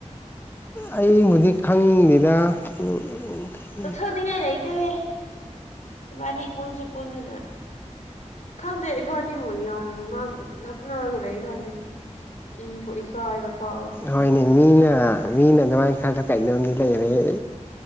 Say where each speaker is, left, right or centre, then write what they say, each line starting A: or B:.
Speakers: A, on the left; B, on the left.
A: ꯑꯌ‌ꯦꯡꯕꯗꯤ ꯈꯪꯉꯤꯅꯤꯗꯥ <unintelligible>
B: ꯆꯠꯊ‌ꯣꯛꯅꯤꯡꯉꯥꯏ ꯂꯩꯇ‌ꯦꯍ‌ꯦ ꯏꯕꯥꯅꯤ ꯄꯨꯟꯁꯨ ꯄꯨꯟꯗꯅ ꯈꯪꯗꯦ ꯏꯕꯥꯅꯤꯕꯨ ꯌꯥꯝ ꯉꯛ ꯂꯛꯅꯔꯒ ꯂꯩ ꯈꯪꯗꯦ ꯏꯕꯨ ꯏꯀꯥꯏꯕ ꯐꯥꯎꯋꯦ
A: ꯍꯣꯏꯅꯦ ꯃꯤꯅ ꯑ ꯃꯤꯅ ꯑꯗꯨꯃꯥꯏ ꯈꯜꯗꯣ ꯀꯩꯅ‌ꯣꯝꯗꯤ ꯂꯩꯔꯦ